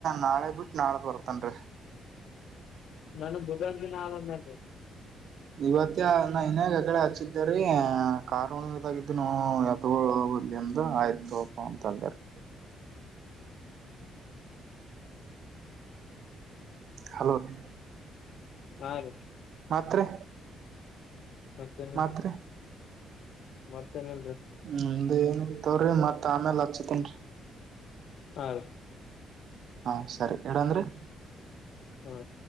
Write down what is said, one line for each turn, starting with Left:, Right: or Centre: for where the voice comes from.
Right: ನಾಳೆ ಬಿಟ್ ನಾಳದ್ ಬರ್ತನ್ರಿ
Left: ನನ್ಗ್ ಬುಧವಾರ ದಿನ ಆದಂದ್ರಿ
Right: ಇವತ್ತೇ ನಾ ಇನ್ಯಾಗ ಆಕಡೆ ಹಚ್ಚಿದ್ದೇರಿ ಕಾರಹುಣ್ಣಿಮೆದಾಗಿದ್ದುನು ಎತ್ಗೋಳ್ ಹೋಗ್ಲಿ ಅಂದ ಆಯ್ತು ತಗೋಪಾ ಅಂತ ಅಂದೆರಿ ಹಲೋ ರೀ
Left: ಹಾ ರೀ
Right: ಮತ್ರಿ
Left: ಮತ್ತೇನ
Right: ಮತ್ರಿ
Left: ಮತ್ತೇನಲ್ರಿ
Right: ನಿಮ್ದ ಏನಿಲ್ಲ ತಗೋರಿ ಮತ್ ಆಮೇಲ್ ಹಚ್ಚತೇನ್ರಿ
Left: ಹಾ ರೀ
Right: ಹಾ ಸರಿ ಇಡನ್ರಿ.
Left: ಹಾ